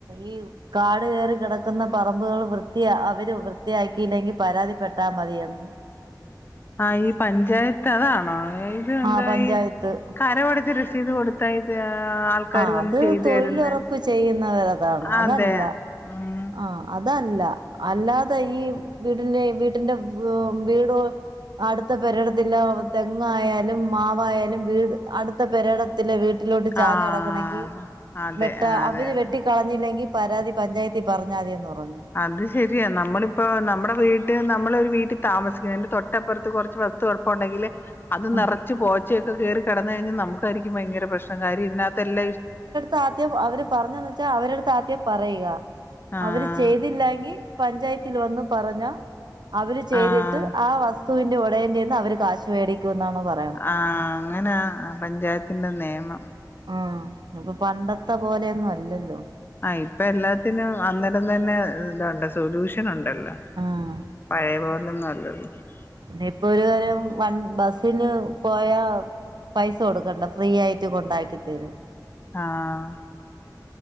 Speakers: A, on the right; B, on the left.
A: ഈ കാട് കേറി കിടക്ക്‌ന്ന പറമ്പുൾ വൃത്തിയാ അവര് വൃത്തിയാക്കിയില്ലെങ്കി പരാതിപ്പെട്ടാൽ മതിയെന്ന്
B: ആ ഈ പഞ്ചായത്ത് അതാണോ ഇത് എന്താ
A: ആ പഞ്ചായത്ത്
B: കരവടച്ച് രസീദ് കൊടുത്ത ഇത് ആൾക്കാര്
A: ആ
B: വന്ന്
A: അത്
B: ചെയ്തു
A: തൊഴിലുറപ്പ്
B: തരുന്നെ
A: ചെയ്യുന്നവരതാണ്
B: അതെ
A: അതല്ല
B: ഉം
A: ആഹ അതല്ല അല്ലാതെ ഈ വീടിന്റെ വീടിന്റെ ഉം വീട്‌ അടുത്ത പെരയിടത്തിന്റെ തെങ്ങായാലും മാവായാലും വീട് അടു അടുത്ത പെരയിടത്തിലെ വീട്ടിലോട്ട് ചാഞ്ഞ്
B: ആഹ്
A: കടക്ക്‌ന്നെങ്കി
B: അതെ
A: വെട്ട
B: അതെ
A: അവര്
B: അതെ
A: വെട്ടി കളഞ്ഞില്ലെങ്കി പരാതി പഞ്ചായത്തിൽ പറഞ്ഞാതിന്ന് തോന്നുണു
B: അത് ശരിയാ നമ്മളിപ്പോ നമ്മടെ വീട് നമ്മളൊരു വീട്ടി താമസിക്ക്‌ തൊട്ടപ്പുറത്ത് കൊർച്ച് പ്പണ്ടെങ്കിലെ അത്
A: ആ
B: നിറച്ച് പോച്ചയൊക്കെ കേറി കെടന്ന് കഴിഞ്ഞ് നമു രിക്കും ഭയങ്കര പ്രശ്നം കാര്യ ഇതിനകത്ത് എല്ലാം ഇ
A: താധ്യയം അവര് പറഞ്ഞന്ന് വെച്ചാ അവര് പറയുക
B: ആഹ്
A: അവര് ചെയ്തില്ലാങ്കി പഞ്ചായത്തിൽ വന്ന് പറഞ്ഞ അവര് ചെയ്തിട്ട്
B: ആഹ്
A: ആ വസ് തുവിന്റെ ഉടേയന്റെന്ന് അവര് കാശുവെടിക്കുന്നാണ് പറ
B: ആ അങ്ങനാ പഞ്ചായത്തിന്റെ നെയമം
A: ആ പ്പൊ പണ്ടത്തെ പോലെയൊന്നും അല്ലല്ലോ
B: അ ഇപ്പ എല്ലാത്തിനും അന്നേരം തന്നെ ഇതൊണ്ട് സൊല്യൂഷനുണ്ടല്ലോ
A: ആഹ്
B: പഴെ പോലെ ഒന്നും അല്ലല്ലോ.
A: ദേ ഇപ്പൊരുനേരം വൺ ബസ്സിന് പോയ പൈസ കൊടുക്കണ്ട ഫ്രീ ആയിട്ട് കൊണ്ടാക്കിതരും.
B: ആഹ്.